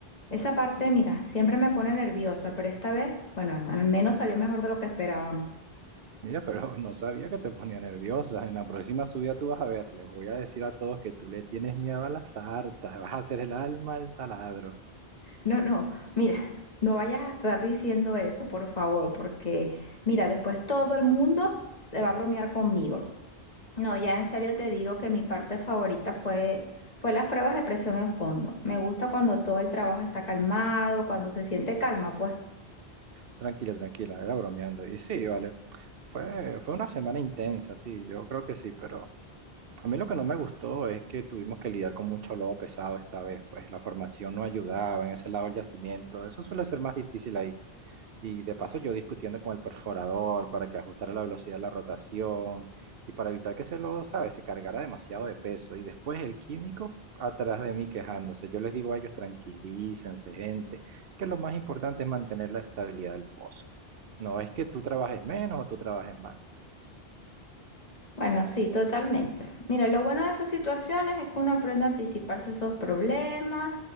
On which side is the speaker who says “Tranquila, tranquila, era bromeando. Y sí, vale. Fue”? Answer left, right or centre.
Right